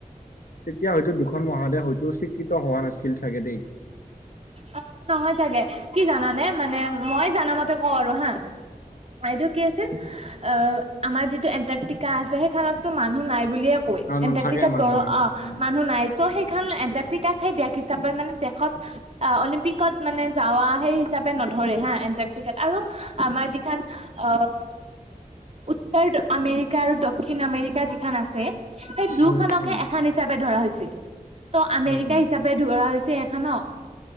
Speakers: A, on the left; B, on the right.
A: তেতিয়া হয়তো দুখন মহাদেশ হয়তো স্বীকৃত হোৱা নাছিল চাগে দেই।
B: অ' নহয় চাগে, কি জানানে মানে মই জানামতে কওঁ আৰু হা অ' এইটো কি আছিল? অ' আমাৰ যিটো এন্টাৰ্কটিকা আছে সেইখনতো মানুহ নাই বুলিয়ে <unintelligible>
A: অ নাথাকে
B: এণ্টাৰ্কটিকা
A: মানুহ
B: দৰ অ
A: উম
B: মানুহ নাই। ত' সেইখন এণ্টাৰ্কটিকাকহে দেশ হিচাপে মানে দেশত, আ অলিম্পিকত মানে যাৱা। সেই হিচাপে নধৰে, হা এন্টাৰ্কটিকাত। আৰু আমাৰ যিখন অ'। উত্তৰ আমেৰিকা আৰু দক্ষিণ আমেৰিকা যিখন আছে সেই দু-খনকহে
A: উম উম
B: এখন হিচাপে ধৰা হৈছি। ত' আমেৰিকা
A: উম
B: হিচা - পে ধৰা হৈছে হেখনক।